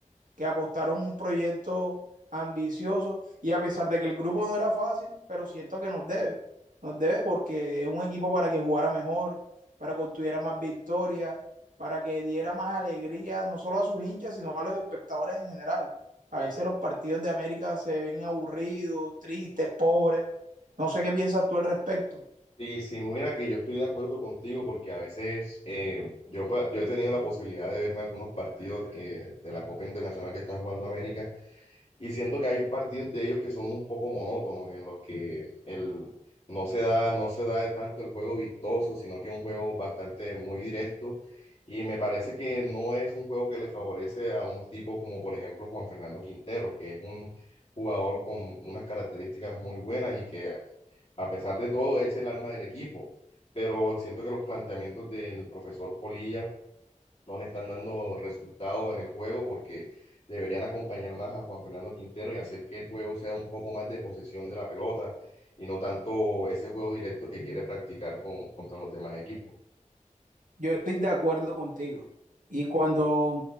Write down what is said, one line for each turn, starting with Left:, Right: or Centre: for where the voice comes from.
Right: que apostaron un proyecto ambicioso y a pesar de que el grupo no era fácil, pero siento que nos debe, nos debe porque es un equipo para que jugara mejor, para que obtuviera más victorias, para que diera más alegría no solo a sus hinchas, sino a los espectadores en general. A veces los partidos de América se ven aburridos, tristes, pobres. No sé qué piensas tú al respecto.
Left: Sí, sí, mira que yo estoy de acuerdo contigo porque a veces eh, yo, pa- yo he tenido la posibilidad de verme algunos partidos eh, de la Copa Internacional que está jugando América. Y siento que hay partidos de ellos que son un poco monótonos, en los que el, no se da, no se da tanto el juego vistoso, sino que es un juego bastante muy directo. Y me parece que no es un juego que le favorece a un tipo como, por ejemplo, Juan Fernando Quintero, que es un jugador con unas características muy buenas y que, a pesar de todo, es el alma del equipo. Pero siento que los planteamientos del profesor Polilla no le están dando resultado en el juego porque deberían acompañar más a Juan Fernando Quintero y hacer que el juego sea un poco más de posesión de la pelota y no tanto ese juego directo que quiere practicar con, contra los demás equipos.
Right: Yo estoy de acuerdo contigo. Y cuando